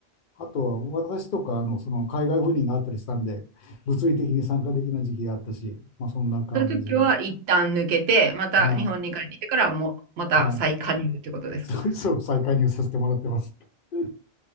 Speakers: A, on the left; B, on the right.
A: あとは、私とか、あの、その海外赴任があったりしたんで、物理的に参加できない時期があったし、まあ、そんな感じ。
B: そういう時は一旦抜けて、また日本に帰ってきてからも、
A: はい。
B: また再加入ってことですか
A: はい。<laughs> そうそう、再加入させてもらってます。<laughs> うん